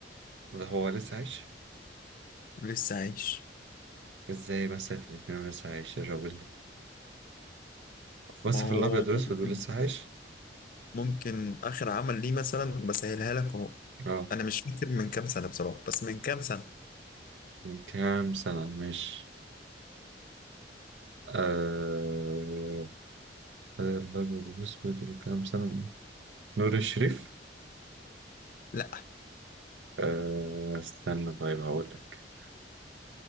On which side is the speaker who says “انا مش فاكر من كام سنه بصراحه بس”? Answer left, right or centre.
Left